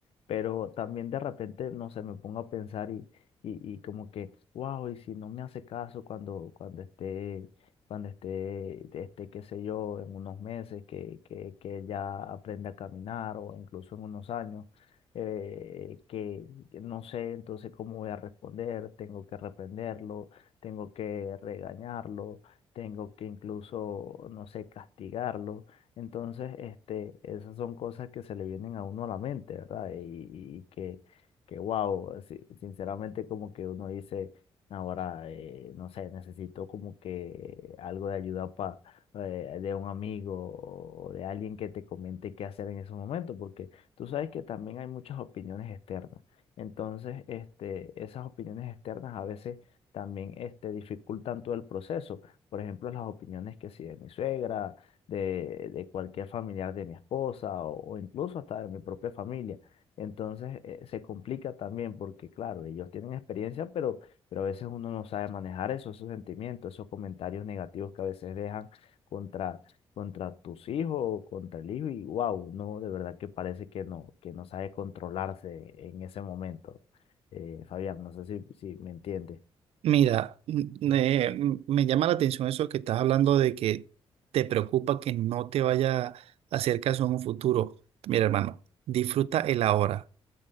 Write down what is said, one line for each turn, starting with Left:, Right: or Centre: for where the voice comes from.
Left: pero también de repente, no sé, me pongo a pensar y, y, y como que, wow, y si no me hace caso cuando, cuando esté, cuando esté, esté, qué sé yo, en unos meses, que, que, que ya aprende a caminar o incluso en unos años, eh, que que no sé entonces cómo voy a responder, tengo que reprenderlo, tengo que regañarlo, tengo que incluso, no sé, castigarlo. Entonces, este, esas son cosas que se le vienen a uno a la mente, ¿verdad? Y, y- y que, que wow, sinceramente como que uno dice, ahora, eh, no sé, necesito como que algo de ayuda pa, eh, de un amigo o de alguien que te comente qué hacer en ese momento, porque tú sabes que también hay muchas opiniones externas. Entonces, este, esas opiniones externas a veces también, este, dificultan todo el proceso. Por ejemplo, las opiniones que si de mi suegra de, de cualquier familiar de mi esposa o, o incluso hasta de mi propia familia. Entonces eh, se complica también porque, claro, ellos tienen experiencia, pero, pero a veces uno no sabe manejar eso, esos sentimientos, esos comentarios negativos que a veces dejan contra, contra tus hijos o contra el hijo y wow, no, de verdad que parece que no, que no sabe controlarse en ese momento. Eh, Fabián, no sé si, si me entiendes.
Right: Mira, m- me, me llama la atención eso que estás hablando de que te preocupa que no te vaya a hacer caso en un futuro. Mira, hermano, disfruta el ahora.